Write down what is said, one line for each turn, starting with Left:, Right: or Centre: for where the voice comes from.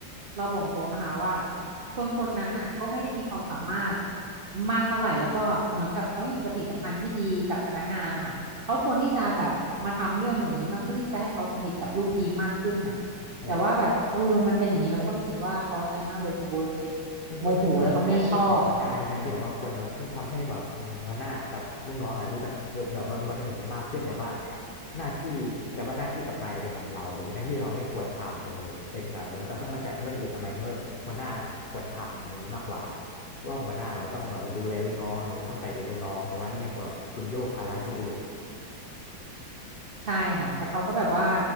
Right: เราบอกตรงนะคะว่าคนคนนั้นน่ะก็ไม่ได้มีความสามารถมากเท่าไหร่แล้วก็เหมือนกับเขาไม่มีปฏิสัมพันธ์ที่ดีกับพนักงานนะคะเขาควรที่จะแบบมาทำเรื่องอะไรอย่างนี้บ้างเพื่อที่จะให้เขาสนิทกับลูกทีมมากขึ้นน่ะ
Left: ใช่
Right: แต่ว่าแบบเออมันเป็นอย่างนี้เราก็รู้สึกว่าท้อใจมากเลยคุณโบนจริงโมโหแล้วก็ไม่ชอบ
Left: มันควรเป็นแบบว่าหน้าที่ของหัวหน้าใช่ไหมครับที่แบบว่าควรแบบว่าที่ทำให้แบบหัวหน้ากับลูกน้องอ่ะรู้จักแบบว่ามีความสนิทกันมากขึ้นแต่ว่าหน้าที่แต่ว่าหน้าที่กับนายเป็นของเราอะไรเงี้ยทั้งที่เราไม่ควรทำเลยใช่ไหมครับแปลว่าเราต้องมาจัดให้คนอื่นทำไมในเมื่อหัวหน้าควรทำอย่างนี้มากกว่าเพราะว่าหัวหน้าแบบต้องแบบว่าดูแลลูกน้องอะไรเงี้ยต้องใส่ใจลูกน้องแต่ว่าเนี่ยคุณแบบคุณโยกภาระให้คนอื่น
Right: ใช่ค่ะแต่เขาก็แบบว่า